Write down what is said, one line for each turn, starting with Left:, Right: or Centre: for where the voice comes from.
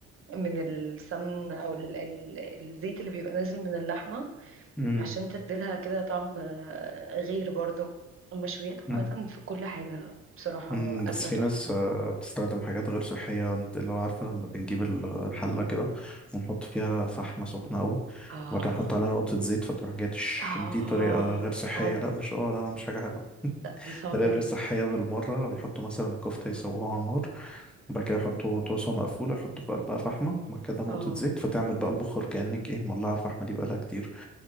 Right: من السمن او ال... ال- الزيت اللي بيبقى نازل من اللحمة
Centre: مم،
Right: عشان تديلها كده طعم آه، غير برضو المشويات
Centre: مم.
Right: عامة في كل حاجة بصراحة
Centre: مم،
Right: أكلة
Centre: بس في
Right: تحفة
Centre: ناس آه، بتستخدم حاجات غير صحية انت اللي هو عارفة لما بنجيب الحلة كده ونحط فيها فحمة سخنة قوي
Right: اه
Centre: وبعد كده نحط عليها نقطة زيت فتروح جاية تش
Right: اه
Centre: دي طريقة غير صحية
Right: صعبة
Centre: لا مش اه لا مش حاجة حلوة
Right: لا دي صعبة
Centre: طريقة غير
Right: جدا
Centre: صحية بالمرة بيحطوا مثلا الكفتة يسووها على النار وبعد كده يحطوا طاسة مقفولة يحطوا في قلبها فحمة وبعد كده نقطة
Right: اه
Centre: زيت فتعمل بقى البخار كأنك ايه مولعة الفحمة دي بقالها كتير